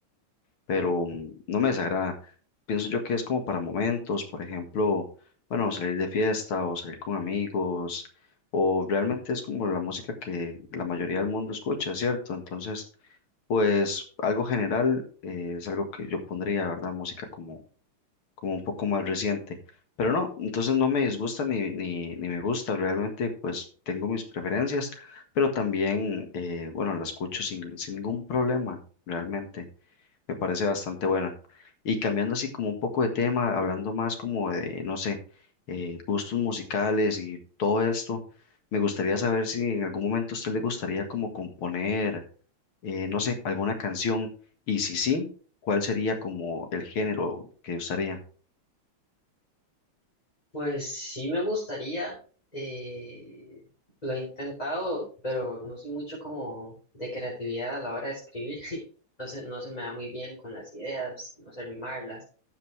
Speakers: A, on the left (about 80°); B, on the left (about 20°).
A: pero mm, no me desagrada. Pienso yo que es como para momentos, por ejemplo, bueno, salir de fiesta o salir con amigos, o realmente es como la música que la mayoría del mundo escucha, ¿cierto? Entonces, pues algo general eh, es algo que yo pondría, ¿verdad? Música como, como un poco más reciente. Pero no, entonces no me disgusta ni, ni, ni me gusta, realmente pues tengo mis preferencias, pero también, eh, bueno, la escucho sin, sin ningún problema, realmente. Me parece bastante buena. Y cambiando así como un poco de tema, hablando más como de, no sé, eh, gustos musicales y todo esto, me gustaría saber si en algún momento a usted le gustaría como componer, eh, no sé, alguna canción y si sí, ¿cuál sería como el género que usaría?
B: Pues sí me gustaría, eh, lo he intentado, pero no soy mucho como de creatividad a la hora de escribir, <laughs> entonces no se me da muy bien con las ideas, no sé rimarlas,